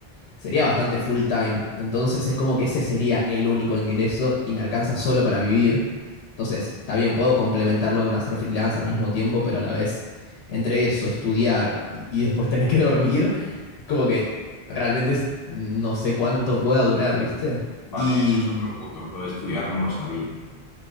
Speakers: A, on the left; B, on the left.
A: Sería bastante full time. Entonces es como que ese sería el único ingreso y me alcanza solo para vivir. Entonces, está bien, puedo complementarlo con hacer freelance al mismo tiempo, pero a la vez, entre eso, estudiar y, y después tener que <laughs> dormir, es como que realmente es- no sé cuánto pueda durar, ¿viste?
B: vale,
A: Y
B: eso es
A: mm,
B: otro punto. Lo de estudiar no lo sabía.